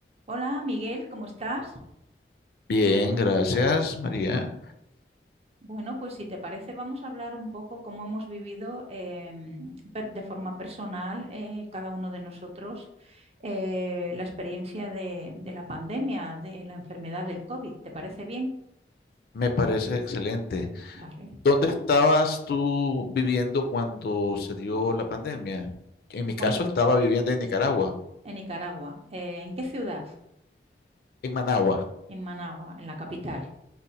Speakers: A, on the right; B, on the left.
A: Hola Miguel, ¿cómo estás?
B: Bien, gracias, María.
A: Bueno, pues si te parece vamos a hablar un poco cómo hemos vivido em, per- de forma personal eh, cada uno de nosotros eh, la experiencia de, de la pandemia, de la enfermedad del COVID. ¿Te parece bien?
B: Me parece excelente.
A: Vale.
B: ¿Dónde estabas tú viviendo cuando se dio la pandemia? En mi caso
A: Bueno,
B: estaba viviendo en Nicaragua,
A: en Nicaragua. Eh, ¿en qué ciudad?
B: en Managua,
A: En Managua, en la capital.